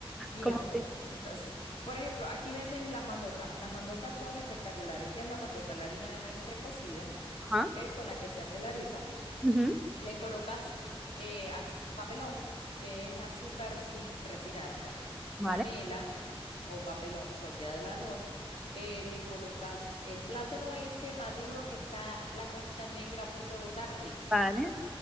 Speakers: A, on the left (about 70°); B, in the centre.
A: ni
B: Como
A: vas a comer.
B: que-
A: Entonces, por ejemplo, aquí venden las mandocas. Las mandocas son espectaculares. ¿Qué es la mandoca? La harina de maíz precocida,
B: Ajá.
A: ¿ok? Con la que se hace la arepa.
B: ujú,
A: Le colocas eh, az- papelón, que es azúcar sin refinar, pues.
B: Vale,
A: Panela o papelón, cualquiera de las dos. Eh, le colocas el plátano ese maduro que está la concha negra a punto de botar, ese.
B: vale.